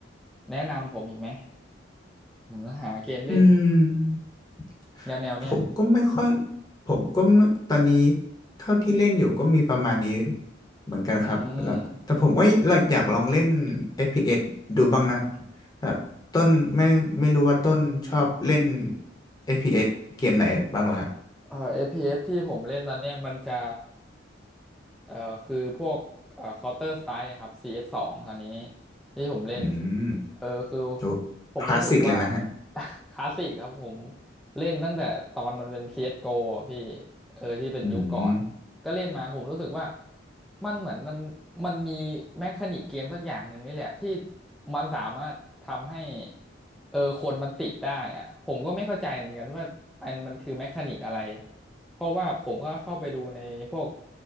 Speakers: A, in the centre; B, on the left (about 20°).
A: แนะนำผมอีกไหม อืมหาเกมเล่น
B: อืม
A: แนวแนวเนี้ย
B: ผมก็ไม่ค่อยผมก็ไม่ตอนนี้เท่าที่เล่นอยู่ก็มีประมาณนี้เหมือนกันครับแล้วแต่ผมก็อยากลองเล่น
A: อืม
B: FPS ดูบ้างนะแบบต้นไม่ไม่รู้ว่าต้นชอบเล่น FPS เอสเกมไหนบ้างล่ะฮะ
A: เอ่อเอ s ที่ผมเล่นตอนเนี้ยมันจะเอ่อคือพวกเอ่อ Counter Strike ครับซีเอสสองตอนนี้ที่ผมเล่น
B: อืม
A: เออ คือ
B: ดู
A: ผมรู้สึกว่า
B: คลาสสิกเลยนะฮะ
A: <laughs> คลาสสิกครับผมเล่นตั้งแต่ตอนมันเป็นซี c s g โกอะพี่ เออ ที่เป็นยุคก่อน
B: อืม
A: ก็เล่นมาผมรู้สึกว่ามันเหมือนมันมันมีแมคานิกเกมสักอย่างหนึ่งนี่แหละที่มันสามารถทำให้เออคนมันติดได้อะผมก็ไม่เข้าใจเหมือนกันว่าอันมันคือแมคานิกอะไรเพราะว่าผมก็เข้าไปดูในพวก